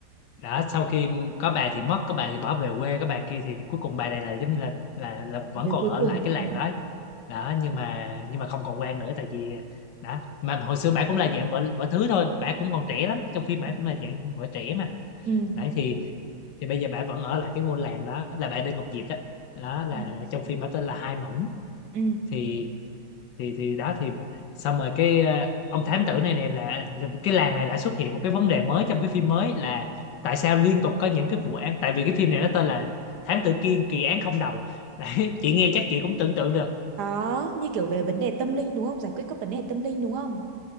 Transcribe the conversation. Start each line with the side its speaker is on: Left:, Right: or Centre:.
Left: đã sau khi có bà thì mất có bà thì bỏ về quê có bà kia thì cuối cùng bà này là giống như là là, là vẫn
Right: người
Left: còn
Right: cuối
Left: ở
Right: cùng.
Left: lại cái làng
Right: Ừ.
Left: đó đó nhưng mà nhưng mà không còn quan nữa tại vì đó mà hồi xưa bà cũng là dạng vợ vợ thứ thôi bà cũng còn trẻ lắm trong phim bà
Right: Ừ.
Left: cũng là dạng vợ trẻ mà
Right: Ừ.
Left: đấy thì thì bây giờ bà vẫn ở lại cái ngôi làng đó là bà Đinh Ngọc Diệp đó đó là
Right: Ừ.
Left: trong phim bà tên là Hai Mẫn
Right: Ừ.
Left: thì thì thì đó thì xong rồi cái ờ, ông thám tử này này là là cái làng này lại xuất hiện một cái vấn đề mới trong cái phim mới là tại sao liên tục có những cái vụ án tại vì cái phim này nó tên là Thám tử Kiên kỳ án không đầu <laughs> đấy chị nghe chắc chị cũng tưởng tượng được
Right: Có, như kiểu về vấn đề tâm linh đúng không? Giải quyết các vấn đề tâm linh đúng không?